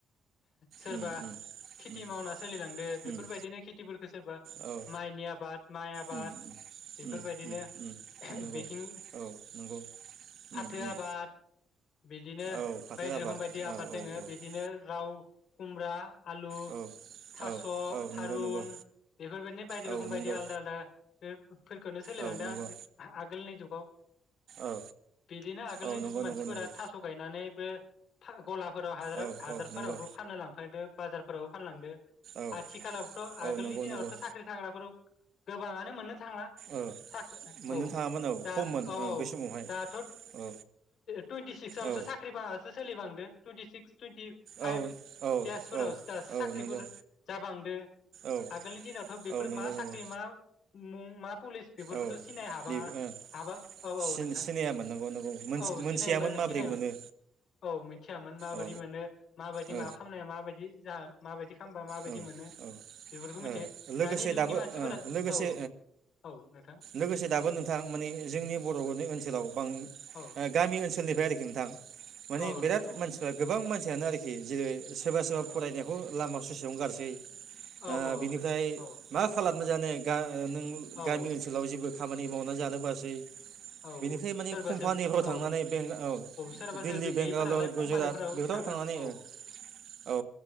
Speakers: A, on the left (about 65°); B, on the right (about 65°).
A: सोरबा
B: उम उम
A: खेथि
B: उम
A: मावना सोलिलांदो
B: उम
A: बेफोरबायदिनो खेथिफोरखौ सोरबा
B: औ
A: माइनि आबाद माइ आबाद
B: उम उम
A: बेफोरबायदिनो
B: उम उम उम नंगौ
A: बिथिं
B: औ नंगौ उम
A: फाथो
B: उम
A: आबाद बिदिनो
B: औ फाथो
A: बायदि
B: आबाद
A: रोखोम बायदि आबाद
B: औ
A: दोंङो
B: औ औ
A: बिदिनो लाउ खुमब्रा आलु
B: औ
A: थास
B: औ औ
A: थारुन
B: नंगौ नंगौ
A: बेफोरबायदि
B: औ
A: रोखोम बायदि
B: नंगौ
A: आलदा आलदा <unintelligible> फोरखौनो सोलायलां
B: औ
A: दा
B: नंगौ
A: आगोलनि जुग अ
B: औ
A: बिदिनो आगोलनि
B: औ नंगौ
A: जुगनि मानसिफोरा
B: नंगौ नंगौ
A: थास गायनानैबो था गलाफोराव हाजार
B: औ
A: हाजारफोरावबो
B: औ नंगौ
A: फाननो लांफायदो बाजारफोरावबो फानलांदो
B: औ
A: आथिखालावथ आगोलनि
B: औ नंगौ
A: दिनावथ
B: नंगौ औ
A: साख ख्रि थाग्राफोराव गोबाङानो मोननो थांला
B: ओ
A: साख्रि
B: मोननो
A: औ
B: थाङामोन औ
A: दा
B: खममोन
A: औ
B: ओ
A: औ
B: बे समावहाय
A: दाथ
B: औ
A: टुइन्टि सिक्सआवसो
B: औ
A: साख्रि फाङास सोलिबांदो टुइन्टि सिक्स टुइन्टि फाइभ
B: औ औ
A: इयारसफोरावसो
B: औ
A: दासो
B: औ
A: साख्रिफोर
B: नंगौ
A: जाबांदो
B: औ
A: आगोलनि दिनाव बेफोर
B: औ
A: मा
B: नंगौ
A: साख्रि
B: नंगौ
A: मा मा पुलिस बेफोरखौथ
B: औ
A: सिनाय हाबाङा
B: बे ओ
A: हाबा औ औ
B: सिनायामोन
A: नोंथां
B: नंगौ नंगौ
A: औ
B: मोनथियामोन
A: सिनाय
B: माबोरै
A: सिनायोन
B: मोनो
A: औ मिथियामोन माबायदि
B: औ
A: मोनो माबायदि
B: औ
A: माबा खालामनाया माबायदि जाहो माबायदि खालामबा माबायदि
B: औ
A: मोनो
B: औ
A: बेफोरखौ मिथियो
B: औ लोगोसे
A: दानि जुगनि
B: दाबो
A: मानसिफोरा
B: लोगोसे
A: औ औ औ नोंथां
B: लोगोसे दाबो नोंथां माने जोंनि बरनि ओनसोलाव गामि
A: औ
B: ओनसोल सोरनिफ्राय आरोखि नोंथां माने
A: औ
B: बिराद
A: नोंथां औ
B: मानसिफ्रा गोबां मानसि फिनो आरोखि जेरै- सोरबा सोरबा
A: औ
B: फरायनायखौ लामा ससेयावनो गारसै
A: औ
B: ओ
A: औ
B: बिनिफ्राय
A: औ नोंथां औ
B: मा खालामना
A: औ
B: जानो नों
A: औ
B: गामि ओनसोलाव जेबो खामानि मावनानै जानोबासै बेनिफ्राय
A: औ
B: माने
A: सोरबा
B: कम्पानिफोराव
A: सोरबि
B: थांनानै
A: औ
B: बे औ
A: सोरबा
B: दिल्ली
A: सोरबि
B: बेंगालर
A: गैयिफोरालाय
B: गुजरात
A: कम्पानिफोराव
B: बेफोराव
A: थांना
B: थांनानै
A: औ
B: औ